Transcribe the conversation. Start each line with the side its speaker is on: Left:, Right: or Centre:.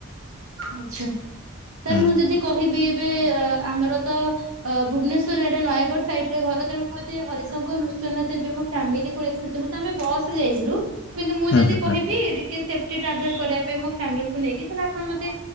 Right: ଆଚ୍ଛା। ସାର୍
Left: ହୁଁ
Right: ମୁଁ ଯଦି କହିବି ଏବେ ଆମର ତ ଅ ଭୁବନେଶ୍ୱରରେ ଆଡ଼େ ନୟାଗଡ ସାଇଟ୍ ରେ ଘର। ତେଣୁ ଏଥି ମୁଁ ହରିଶଙ୍କର, ନୃସିଂହନାଥ ଏବେ ମୋ ଫ୍ୟାମିଲିକୁ <unintelligible> ତାପରେ ତ ଆମେ ବସରେ ଯାଇଥିଲୁ କିନ୍ତୁ ମୁଁ
Left: ହୁଁ
Right: ଯଦି
Left: ହୁଁ
Right: କହିବି
Left: ହୁଁ
Right: ଟିକେ ସେପ୍ଟି ଟ୍ରାଭେଲ କରିବା ପାଇଁ ମୋ ଫ୍ୟାମିଲିକୁ ନେଇକି ତାହାଲେ ଆପଣ ମତେ